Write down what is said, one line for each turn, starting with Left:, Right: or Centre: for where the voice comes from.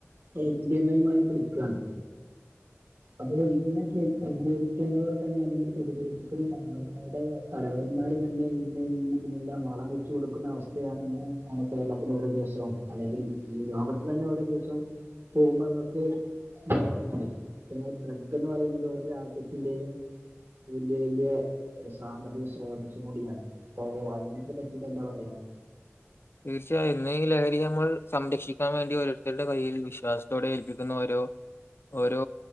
Right: <unintelligible> മെയ്മായി പിടിക്കാണ് അപ്പൊ ഇതിനക്കെ പ്രതിരോധിക്കേണ്ടവർ തന്നെ അല്ലെങ്കിൽ പ്രതിരോധിക്കുന്ന സംഘടനയുടെ തലവന്മാര് തന്നെ ഇന്ന് ഇ- ഇതിനെല്ലാം വളംവെച്ചു കൊടുക്കുന്ന അവസ്ഥയാണ് ഇന്ന് കേരളത്തിൽ ഒരോ ദിവസവും അല്ലെങ്കിൽ ഈ ലോകത്ത് തന്നെ ഓരോ ദിവസോം പോകുമ്പോ മ്മക്ക് <unintelligible> പിന്നെ ഡ്രഗെന്ന് പറയുന്നത് രാജ്യത്തിന്റെയും വെല്ല്യവെല്ല്യ ഒര് സാമ്പത്തിക സ്രോതസ്കൂടിയാണ്. ഓഹ് അതിനൊക്കെ പറ്റീട്ട് എന്താ പറയാന്
Left: തീർച്ചയായും ഇന്നി ലഹരി നമ്മൾ സംരക്ഷിക്കാൻ വേണ്ടി ഓരോരുത്തരുടെ കയ്യിൽ വിശ്വാസത്തോടെ ഏൽപ്പിക്കുന്ന ഓരോ ഓരോ